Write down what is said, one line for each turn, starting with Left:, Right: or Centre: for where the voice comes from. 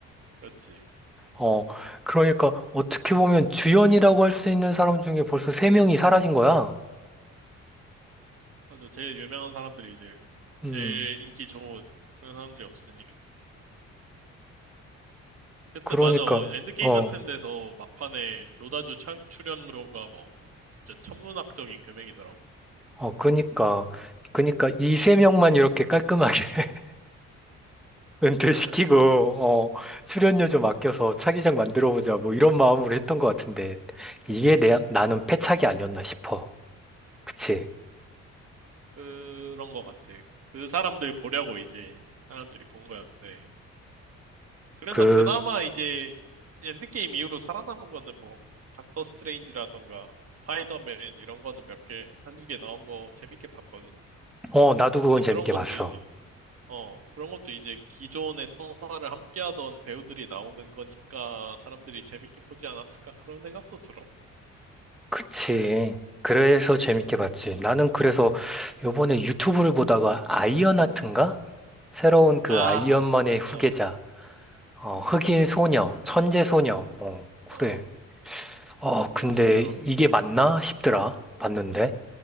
Right: 그렇지.
Centre: 어, 그러니까 어떻게 보면 주연이라고 할 수 있는 사람 중에 벌써 세명이 사라진 거야.
Right: 맞아. 제일 유명한 사람들이 이제,
Centre: 음,
Right: 제일 인기 좋은 그런 사람들이 없으니까. 그때,
Centre: 그러니까,
Right: 맞아. 엔드게임
Centre: 어,
Right: 같은 데서 막판에 로다주 차- 출연료가 막, 진짜 천문학적인 금액이더라고.
Centre: 어, 그니까, 그니까 이 세명만 이렇게 깔끔하게 <laughs> 은퇴시키고,
Right: <laughs>
Centre: 어, 출연료 좀 아껴서 차기작 만들어보자, 뭐 이런 마음으로 했던 것 같은데, 이게 내, 나는 패착이 아니었나 싶어. 그치.
Right: 그런 거 같아. 그 사람들 보려고 이제, 사람들이 본 거였는데. 그래서
Centre: 그,
Right: 그나마 이제 엔드게임 이후로 살아남은 거는 뭐 닥터 스트레인지라던가 스파이더맨 이런 거는 몇 개, 한 두 개 나온 거 재밌게 봤거든.
Centre: 어, 나도 그건
Right: 근데
Centre: 재밌게
Right: 그런 것도
Centre: 봤어.
Right: 이제 어, 그런 것도 이제 기존의 서사를 함께하던 배우들이 나오는 거니까 사람들이 재밌게 보지 않았을까 그런 생각도 들어.
Centre: 그치. 그래서 재밌게 봤지. 나는 그래서 요번에 유튜브를 보다가 아이언하트인가? 새로운 그
Right: 아,
Centre: 아이언만의 후계자,
Right: 어,
Centre: 어, 흑인 소녀, 천재 소녀, 어, 그래.
Right: 어,
Centre: 어,
Right: 천재
Centre: 근데
Right: 소녀.
Centre: 이게 맞나 싶더라. 봤는데.